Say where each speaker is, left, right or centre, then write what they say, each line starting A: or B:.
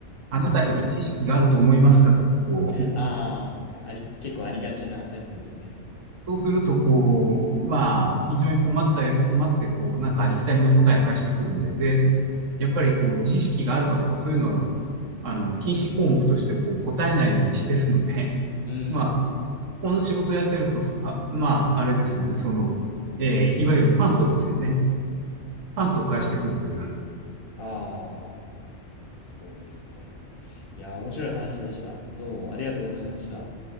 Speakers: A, on the right; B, on the left.
A: あなたには知識があると思いますかとか、こう。
B: ああ、あり、結構ありがちなやつですね。
A: そうすると、こう、まあ、非常に困った、困って、こう、なんかありきたりな答え返してくるんで、で、やっぱりこう、知識があるかとかそういうのは、あの、禁止項目としてこう、答えないようにしてるので、<laughs>
B: うん。
A: まあ、この仕事やってると、あ、まあ、あれですよね、その、えーいわゆるパントですよね。パントを返してくるという。
B: ああ、そうですね。いや、面白い話でした。どうもありがとうございました。